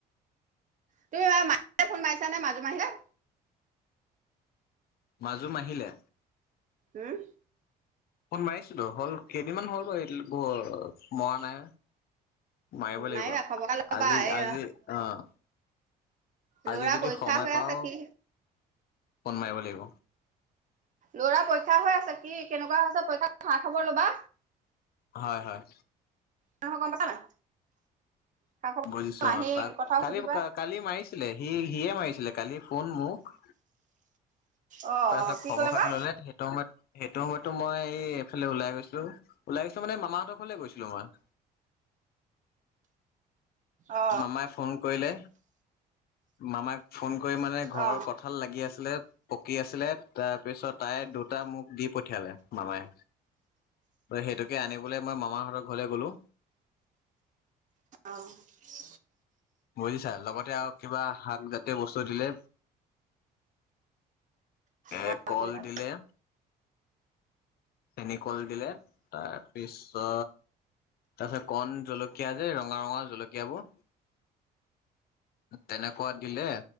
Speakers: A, on the right; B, on the left.
A: তুমি বাৰু মাহীলে ফোন মাৰিছা নে মাজু মাহী?
B: মাজু মাহীলে?
A: উম
B: ফোন মাৰিছিলো হ'ল কেইদিনমান হ'ল <unintelligible> মৰা নাই। মাৰিব লাগিব,
A: মাৰিবা খবৰ এটা ল'বা
B: আজি-
A: এই
B: আজি আহ। আজি
A: ল'ৰা
B: যদি
A: পৰীক্ষা
B: সময়
A: হৈ
B: পাওঁ
A: আছে কি
B: ফোন মাৰিব লাগিব।
A: ল'ৰাৰ পৰীক্ষা হৈ আছে, কি কেনেকুৱা হৈছে পৰীক্ষা খা খবৰ ল'বা।
B: হয়-হয়।
A: <unintelligible> গম পাইছা নাই। খা খবৰ
B: বুজিছোঁ
A: আহি
B: অহ তাক
A: কথাও
B: কালি-
A: সুধিবা
B: কালি মাৰিছিলে সি- সিয়ে মাৰিছি লে কালি ফোন মোক
A: অ
B: তাৰপাছত
A: অ কি
B: খবৰ
A: ক'লে
B: খাটি
A: বা
B: ল'লে, সেইটো সময়ত- সেইটো সময়তটো মই এই -এইফালে ওলাই গৈছো লো, ওলাই গৈছিলোঁ মানে মামাহঁতৰ ঘৰলে গৈছিলো মই।
A: অ
B: মামাই ফোন কৰিলে মামাক ফোন কৰি মানে ঘৰৰ
A: অ
B: কঁঠাল লাগি আছিলে পকি আছিলে তাৰপিছত তায়ে দুটা মোক দি পঠিয়ালে মামাই। সেইটোকে আনিবলৈ মই মামাহঁতৰ ঘৰলে গ'লো।
A: অহ ',
B: বুজিছা লগতে আৰু কিবা শাক জাতীয় বস্তু দিলে।
A: ভাল
B: এ'কল
A: কৰিলা
B: দিলে। চেনিকল দিলে তাৰ পিছত তাৰপিছত কন জলকীয়া যে ৰঙা- ৰঙা জলকীয়াবোৰ তেনেকৱা দিলে।